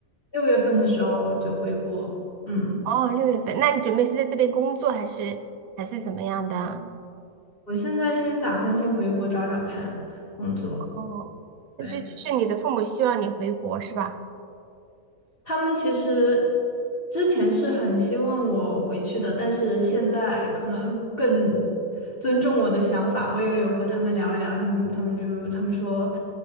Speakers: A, on the left; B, on the right.
A: 六月份的时候就回国。嗯。
B: 哦，六月份，那你准备是在这边工作还是还是怎么样的？
A: 我现在先打算先回国找找看工作。
B: 哦，
A: 对，
B: 就是就是你的父母希望你回国是吧？
A: 他们其实之前是很希望我回去的，但是现在可能更尊重我的想法。我也有和他们聊一聊，他们他们就他们说，